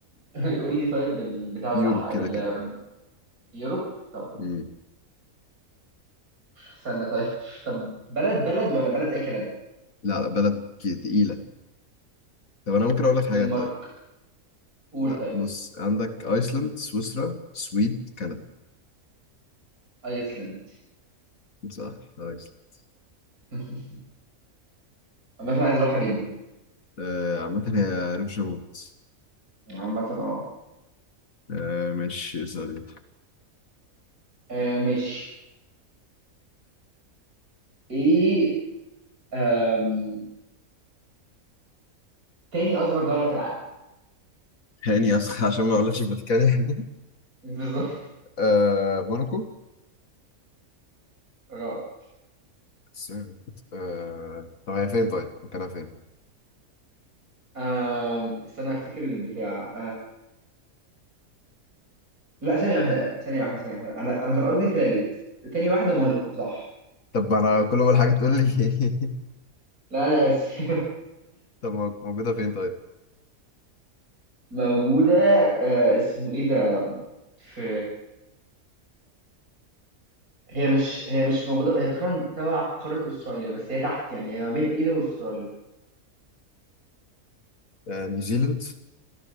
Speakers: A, on the right; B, on the left.
A: <laughs> قول لي طيب البتاع بتاعها
B: يوروب كده
A: ال-
B: كده
A: يوروب طب
B: يوروب
A: استنى طيب طب بلد بلد ولا بلد اي كلام
B: لا لا بلد كي- تقيلة طب أنا ممكن أقول لك حاجات
A: دنمارك
B: طيب
A: قول
B: لا
A: طيب
B: بص عندك أيسلند سويسرا سويد كندا
A: ايسلند
B: صح أيسلند
A: <laughs> مثلا عايز اروحها جدا
B: آه، عامة هي ريف شموت
A: عامة اه
B: آه، مش سوري
A: آه، ماشي ايه آم، تاني اصغر دولة في العالم
B: هاني أسخ عشان ما أقولكش الفاتيكان يعني
A: <laughs> بالظبط
B: <laughs> آه، موناكو
A: غلط
B: س- آه، طب هي فين طيب مكانها فين
A: آم، استنى افتكر البتاع لا ثانية واحدة ثانية واحدة ثانية واحدة أنا أنا كان قصدي تالت تاني واحدة موناكو صح
B: طب أنا كل أول حاجة تقول لي
A: لا أنا آسف <laughs>
B: <laughs> طب مو- موجودة فين طيب
A: موجودة آه اسمه إيه ده في هي مش هي مش موجودة هي تقريبا تبع قارة أستراليا بس هي تحت يعني هي ما بين إيه ده وأستراليا
B: آه، نيوزيلند